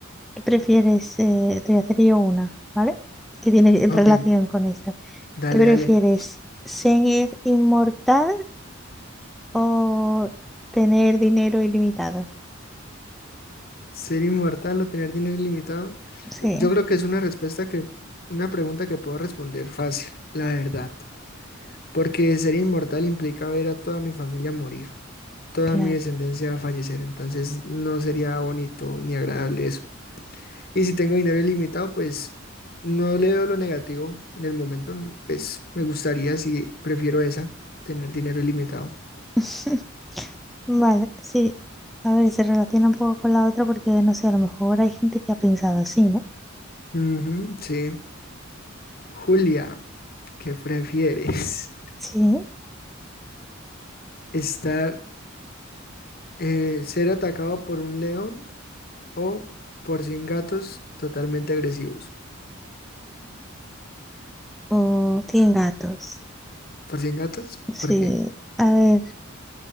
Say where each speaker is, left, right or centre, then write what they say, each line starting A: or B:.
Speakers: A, in the centre; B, on the left.
A: ¿Qué prefieres? eh, te voy a hacer yo una, ¿vale? Que tiene
B: Ok,
A: relación con esta.
B: dale,
A: ¿Qué prefieres?
B: dale.
A: ¿Ser inmortal o tener dinero ilimitado?
B: ¿Ser inmortal o tener dinero ilimitado?
A: Sí,
B: Yo creo que es una respuesta que, una pregunta que puedo responder fácil, la verdad. Porque ser inmortal implica ver a toda mi familia morir, toda
A: claro.
B: mi descendencia fallecer, entonces no sería bonito ni agradable eso. Y si tengo dinero ilimitado, pues no le veo lo negativo en el momento. no, Pues me gustaría, si prefiero esa, tener dinero ilimitado.
A: <laughs> Vale, sí. A ver, se relaciona un poco con la otra porque, no sé, a lo mejor hay gente que ha pensado así, ¿no?
B: Ujú, sí. Julia, ¿qué prefieres?
A: Sí.
B: <laughs> ¿Estar, eh, ser atacado por un león o por 100 gatos totalmente agresivos?
A: O tienen gatos.
B: ¿Por cien gatos?
A: Sí.
B: ¿Por qué?
A: A ver,